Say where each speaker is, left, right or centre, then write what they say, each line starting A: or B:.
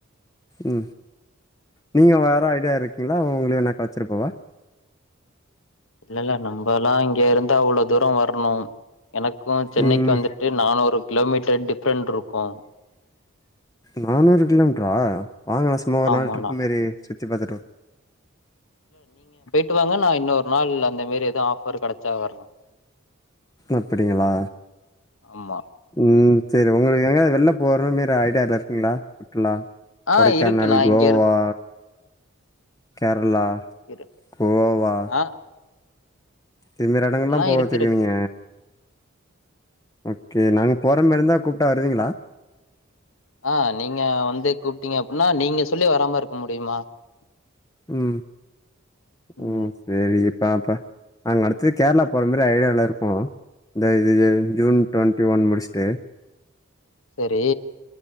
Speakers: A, on the left; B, on the left.
A: உ நீங்க வர ஐடியா இருக்கீங்களா உங்களயு வேணா அழைச்சுட்டு போகவா
B: இல்ல இல்ல நம்ம எல்லா இங்க இருந்து அவ்ளோ தூரோ வரணு எனக்கு சென்னைக்கு
A: ம்
B: வந்துட்டு நானூறு கிலோமீட்டர் டிஃப்ரெண்ட் இருக்கு
A: நானூறு கிலோமீட்டரா வாங்கலே சும்மா ஒரு
B: ஆமாண்ணா
A: நாலு ட்ரிப்பு மாறி சுத்தி பாத்துட்டு <inaudible>
B: ட்டுவாங்க நா இன்னொரு நாள் அந்த மாரி எது ஆஃபர் கிடைச்சா வறே
A: அப்படிங்களா
B: ஆமா
A: உ சரி உங்களுக்கு எங்கயாவது வெளில போகிற மாரி ஐடியாலா இருக்குதுங்களா சுற்றுலா
B: ஆ
A: கொடைக்கானல்
B: இருக்கு நா
A: கோவா
B: இங்க இருக்
A: கேர்ளா
B: இரு
A: கோவா
B: ஆ
A: இதுமரி எடங்கள்லா
B: அதெல்லா
A: போவச்சுகங்க
B: இருக்கு இருக்கு
A: ஓகே நாங்க போற மாரி இருந்தா கூப்பிட்டா வருவீங்களா
B: ஆ நீங்க வந்து கூப்பிட்டீங்க அப்டின்னா நீங்க சொல்லி வராமா இருக்க முடியுமா
A: உ
B: ம்
A: உ சேரி ஆ அப்ப நாங்க அடுத்தது கேரளா போற மாரி ஐடியால இருக்கோ இந்த இது ஜூன் ட்வெண்ட்டி ஒன் முடிச்சுட்டு
B: சேரி